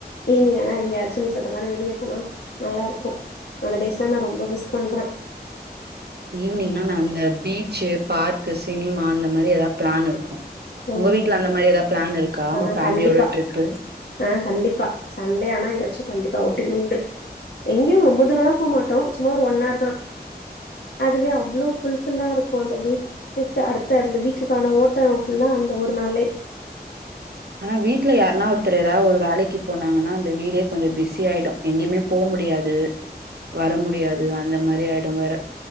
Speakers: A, on the left; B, on the right.
A: ஈவ்னிங் ஆனா எங்கயாச்சு நீ சொல்ற மாரி வெளிய போனா நல்லா இருக்கு அந்த டேஸ்லா நா ரொம்ப மிஸ் பண்ற
B: ஈவ்னிங்னா நா அந்த பீச்சு பார்க்கு சினிமா அந்த மாரி எதா ப்ளான் இருக்கு உங்க
A: ம்
B: வீட்ல அந்த மாரி எதா பிளான் இருக்கா
A: ஆ
B: உ ஃபேமிலியோட
A: கண்டிப்பா.
B: ட்ரிப்பு
A: ஆ கண்டிப்பா சண்டே ஆனா எங்கயாச்சு கண்டிப்பா அவுட்டிங் உண்டு எங்கயு ரொம்ப தூரலா போ மாட்டோ சும்மா ஒரு ஒன் ஹார் தா அதுவே அவ்ளோ ஃபுல் ஃபில்லா இருக்கு அந்த வீக் குக்கு அடுத்த அந்த வீக்குக்கான ஓட்டோ ஃபுல்லா அந்த ஒரு நாள்லே
B: ஆனா வீட்ல யாருனா ஒருத்தரு எதா ஒரு வேலைக்கு போனாங்கனா அந்த வீடே கொஞ்சோ பிஸி ஆய்டு எங்கியுமே போ முடியாது வர முடியாது அந்த மாரி ஆய்டு வேற